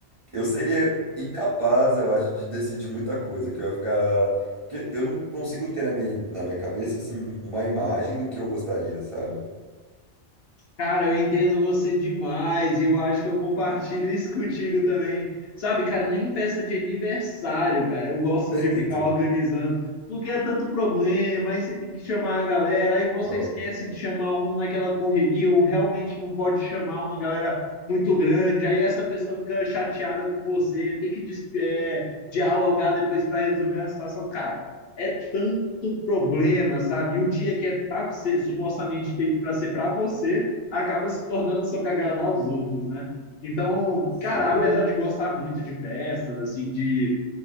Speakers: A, on the right (about 40°); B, on the left (about 60°).
A: Eu seria incapaz, eu acho, de decidir muita coisa, que eu ia ficar. Porque eu não consigo ter na minha, na minha cabeça, assim, uma imagem do que eu gostaria, sabe?
B: Cara, eu entendo você demais e eu acho que eu compartilho isso contigo também. Sabe, cara, nem festa de aniversário, cara, eu gosto
A: <laughs>
B: de ficar
A: Então,
B: organizando, porque é tanto problema, aí você tem que chamar a galera, aí você
A: Nossa.
B: esquece de chamar um naquela correria ou realmente não pode chamar uma galera muito grande, aí essa pessoa fica chateada com você, tem que dis- é, dialogar depois para resolver a situação. Cara, é tanto problema, sabe? E o dia que é para ser supostamente feito para ser para você acaba se tornando sobre agradar os outros, né? Então,
A: sim.
B: cara, apesar de gostar muito de festas, assim, de